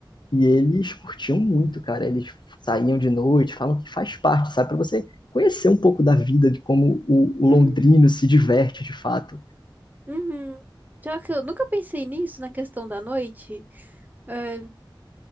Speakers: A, on the left; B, on the right.
A: e eles curtiam muito, cara. Eles saíam de noite, falam que faz parte, sabe? Pra você conhecer um pouco da vida, de como o, o
B: Hum.
A: londrino se diverte de fato.
B: Uhum. Já que eu nunca pensei nisso, na questão da noite, é,